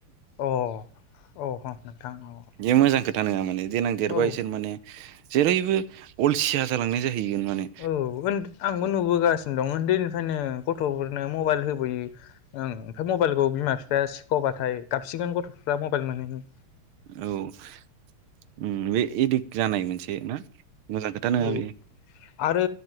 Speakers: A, on the left; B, on the right.
A: औ अ ह नोंथां अ
B: बे मोजां खोथा नोङा माने देनां देरबा
A: औ
B: इसोर माने जेरैबो अलसिया जालांनाय जायो। हैगोन माने
A: औ आंबो नुबोगासिनो दङ उन्दैनिफायनो गथ'फोरनो मबाइल होबोयो ओं ओमफ्राय मबाइलखौ बिमा बिफाया सिखबाथाय गाबसिगोन गथ'फ्रा मबाइल मोनिनि
B: औ ओम बे एदिक्ट जानाय मोनसे ना मोजां खोथा नङा
A: औ
B: बेयो
A: आरो